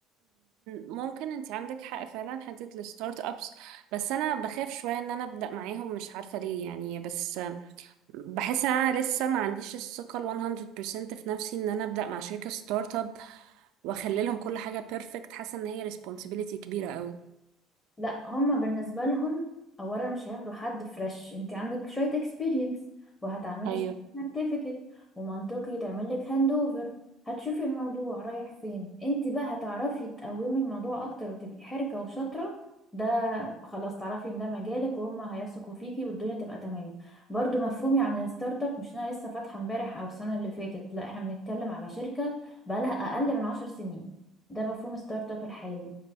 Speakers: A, on the right (about 75°); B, on the left (about 15°).
A: ممكن انت عندك حق فعلا حته الستارت ابس بس انا بخاف شويه ان انا ابدا معاهم مش عارفه ليه يعني بس بحس ان انا لسه ما عنديش الثقه ال 100% في نفسي ان انا ابدا مع شركه ستارت اب واخلي لهم كل حاجه بيرفكت حاسه ان هي ريسبونسبيلتي كبيره قوي
B: لا هما بالنسبة لهم اولا مش هياخدوا حد فريش انت عندك شوية اكسبيرينس وهتعملي
A: ايوه
B: سيرتيفيكت ومنطقي تعمل لك هاند اوفر هتشوفي الموضوع رايح فين انت بقى هتعرفي تقومي الموضوع اكتر وتبقي حركة وشاطرة ده خلاص تعرفي ان ده مجالك وهما هيثقوا فيكي والدنيا تبقى تمام برضو مفهومي عن الستارت اب مش انا لسه فاتحة امبارح او السنة اللي فاتت لا احنا بنتكلم على شركة بقالها اقل من عشر سنين ده مفهوم ستارت اب الحالي